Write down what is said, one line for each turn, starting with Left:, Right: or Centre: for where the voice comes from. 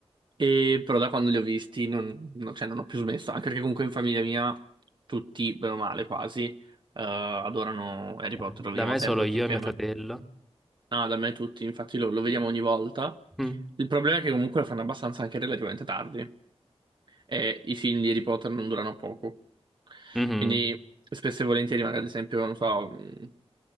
Right: E però da quando li ho visti non, non- cioè, non ho più smesso, anche perché comunque in famiglia mia tutti, bene o male, quasi, eh, adorano Harry
Centre: Eh,
Right: Potter, lo
Centre: Da
Right: vediamo
Centre: me
Right: sempre
Centre: solo io
Right: tutti insieme.
Centre: e mio fratello.
Right: Ah, da me tutti, infatti lo, lo vediamo ogni volta.
Centre: Mm.
Right: Il problema è che comunque lo fanno abbastanza anche relativamente tardi e i film di Harry Potter non durano poco.
Centre: Mhm.
Right: Quindi spesso e volentieri, magari ad esempio, non so, mh,